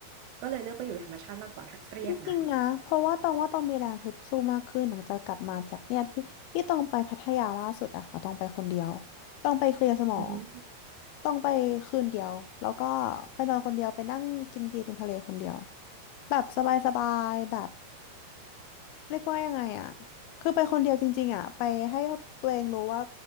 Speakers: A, on the right; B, on the left.
A: ก็เลยเลือกไปอยู่ธรรมชาติมากกว่าถ้าเครียดนะ
B: จริงๆนะเพราะว่าตองว่าตองมีแรงฮึดสู้มากขึ้นหลังจากกลับมาจากเนี่ยที่ที่ตองไปพัทยาล่าสุดอะค่ะตองไปคนเดียวตองไปเคลียร์สมอง
A: อืม
B: ตองไปคืนเดียวแล้วก็ไปนอนคนเดียวไปนั่งกินเบียร์ริมทะเลคนเดียวแบบสบายๆแบบเรียกว่ายังไงอะคือไปคนเดียวจริงๆอะไปให้ตัวเองรู้ว่า